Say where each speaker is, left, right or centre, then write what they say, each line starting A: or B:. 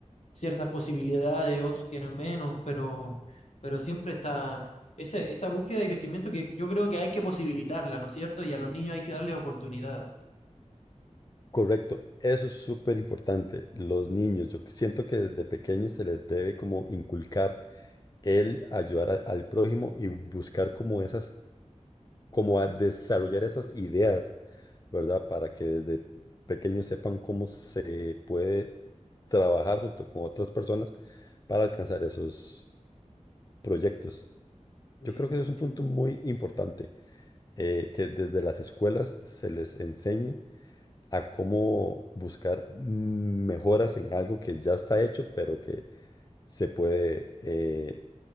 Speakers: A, on the left; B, on the left.
A: ciertas posibilidades, otros tienen menos, pero, pero siempre está esa, esa búsqueda de crecimiento que yo creo que hay que posibilitarla, ¿no es cierto? Y a los niños hay que darle oportunidades.
B: Correcto, eso es súper importante. Los niños, yo siento que desde pequeños se les debe como inculcar el ayudar a- al prójimo y buscar como esas como a desarrollar esas ideas, ¿verdad? Para que desde pequeños sepan cómo se puede trabajar junto con otras personas para alcanzar esos proyectos.
A: Sí,
B: Yo creo que eso es un
A: sí.
B: punto muy importante, eh, que desde las escuelas se les enseñe a cómo buscar mejoras en algo que ya está hecho, pero que se puede eh,